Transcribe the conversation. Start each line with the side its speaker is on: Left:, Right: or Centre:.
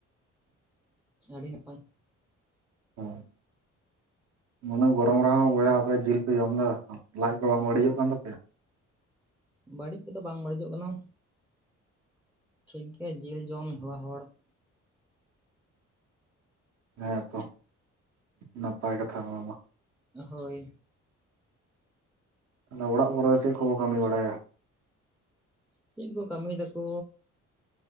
Centre: ᱟᱹᱰᱤ ᱱᱟᱯᱟᱭ᱾
Right: ᱦᱚᱸ᱾ ᱩᱱᱟᱹᱜ ᱜᱚᱨᱚᱢ ᱨᱮᱦᱚᱸ ᱵᱚᱭᱦᱟ ᱟᱯᱮ ᱡᱤᱞ ᱯᱮ ᱡᱚᱢ ᱫᱟ, ᱞᱟᱡ ᱠᱚ ᱵᱟᱝ ᱵᱟᱹᱲᱤᱡᱚᱜ ᱠᱟᱱ ᱛᱟᱯᱮᱭᱟ?
Centre: ᱵᱟᱹᱲᱤᱡ ᱠᱚᱫᱚ ᱵᱟᱝ ᱵᱟᱹᱲᱤᱡᱚᱜ ᱠᱟᱱᱟ ᱴᱷᱤᱠ ᱜᱮᱭᱟ ᱡᱤᱞ ᱡᱚᱢ ᱦᱮᱣᱟ ᱦᱚᱲ
Right: ᱦᱮᱸ ᱛᱚ ᱱᱟᱯᱟᱭ ᱠᱟᱛᱷᱟ ᱱᱚᱣᱟ ᱫᱚ
Centre: ᱦᱚ ᱦᱳᱭ
Right: ᱛᱟᱦᱚᱞᱮ ᱚᱲᱟᱜ ᱠᱚᱨᱮ ᱫᱚ ᱪᱮᱫ ᱠᱚᱠᱚ ᱠᱟᱹᱢᱤ ᱵᱟᱲᱟᱭᱟ
Centre: ᱪᱮᱫ ᱠᱚ ᱠᱟᱹᱢᱤᱭ ᱫᱟᱠᱚ